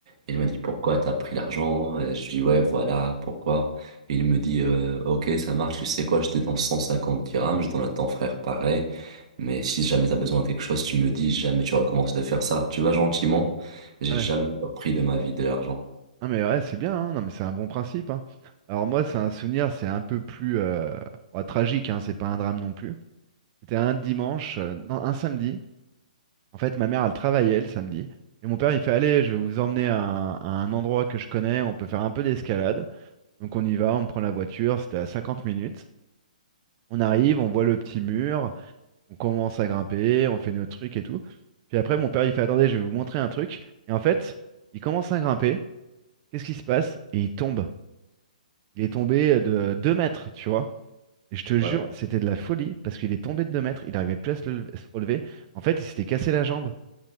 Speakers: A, on the right; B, on the right.
A: Il m'a dit, pourquoi t'as pris l'argent? Et Je dis, ouais, voilà, pourquoi? Et il me dit, euh, ok, ça marche, tu sais quoi, je te donne 150 dirhams, je donne à ton frère pareil. Mais si jamais t'as besoin de quelque chose, tu me dis, Si jamais tu recommences de faire ça. Tu vas gentiment. J'ai
B: Ouais.
A: jamais repris de ma vie de l'argent.
B: Non mais ouais, c'est bien, hein. Non mais c'est un bon principe, hein. Alors moi, c'est un souvenir, c'est un peu plus euh, bah, tragique, hein, c'est pas un drame non plus. C'était un dimanche, euh, non, un samedi. En fait, ma mère, elle travaillait le samedi. Et mon père, il fait, allez, je vais vous emmener à un, à un endroit que je connais, on peut faire un peu d'escalade. Donc on y va, on prend la voiture, c'était à 50 minutes. On arrive, on voit le petit mur, on commence à grimper, on fait nos trucs et tout. Puis après, mon père, il fait, attendez, je vais vous montrer un truc. Et en fait, il commence à grimper, qu'est-ce qui se passe? Et il tombe. Il est tombé euh, de 2 mètres, tu vois. Et je te jure,
A: Ouais.
B: c'était de la folie parce qu'il est tombé de 2 mètres, il n'arrivait plus à se le- se relever. En fait, il s'était cassé la jambe.